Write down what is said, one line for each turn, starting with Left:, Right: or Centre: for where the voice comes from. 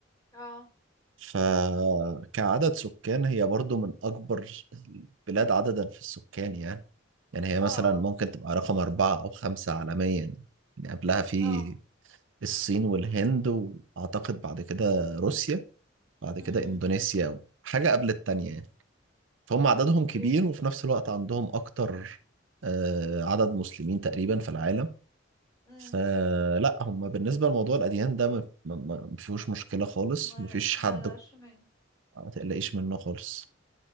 Left: اه
Right: فكعدد سكان هي برضو من أكبر البلاد عددا في السكان يعني يعني هي
Left: اه
Right: مثلا
Left: اه
Right: ممكن تبقى رقم أربعة أو خمسة عالميا يعني يعني قبلها في
Left: اه
Right: الصين والهند وأعتقد بعد كده روسيا بعد
Left: امم
Right: كده إندونيسيا حاجة قبل التانية يعني فهم عددهم
Left: اوكي
Right: كبير وفي نفس الوقت عندهم أكتر آه، عدد مسلمين تقريبا في العالم
Left: امم
Right: فلا هم بالنسبة لموضوع الأديان ده ما ما- ما- ما فيهوش مشكلة خالص
Left: ما
Right: ما فيش حد
Left: ما لاش من
Right: ما تقلقيش منه خالص